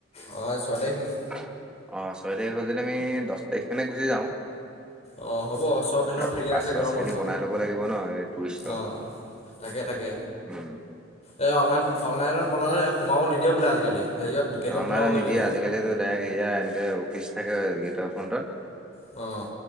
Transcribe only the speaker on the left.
অ আজি ছয় তাৰিখ নেকি
অ', হ'ব চব এনেও
ফ্ৰিয়
আছে
গৰম
বন্ধ
অ'। তাকে তাকে
এই অনলাইন অনলাইনত বনালে সোমাব নিদিয়ে বোলে আজিকালি। হেৰিয়ত গেটত
বনাবগৈ
লাগিব
অ'।